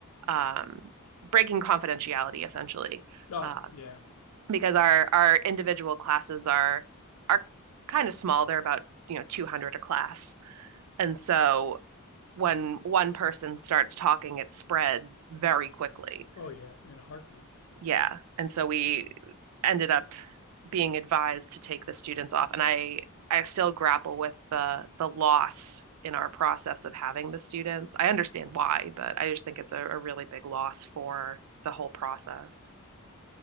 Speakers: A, on the right; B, on the left.
A: um, breaking confidentiality essentially
B: Oh
A: uh,
B: yeah,
A: because our our individual classes are are kind of small. They're about you know 200 a class and so when one person starts talking, it spread very quickly.
B: oh yeah, in a heartbeat.
A: Yeah. And so we ended up being advised to take the students off. And I I still grapple with the the loss in our process of having the students. I understand why, but I just think it's a, a really big loss for the whole process.